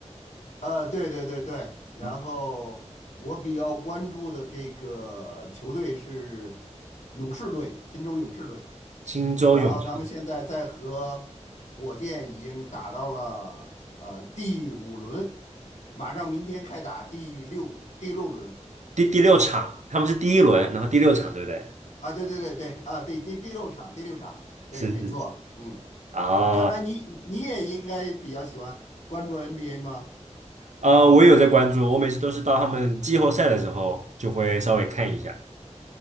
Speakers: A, on the left; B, on the right.
A: 呃，对对对对，然后我比较关注的这个球队是
B: 嗯，
A: 勇士队，金州勇士队。
B: 金州勇士
A: 然后咱们现在在和火箭已经打到了呃第五轮，马上明天开打第六第六轮
B: 第第六场，他们是第一轮，然后第六场对不对？
A: 啊，对对对对啊，第第第六场第六场，对，
B: 是是是。
A: 没错，嗯，
B: 啊，
A: 看来你你也应该比较喜欢关注 NBA 吗？
B: 呃，我也有在关注，我每次都是到他们季后赛的时候就会稍微看一下。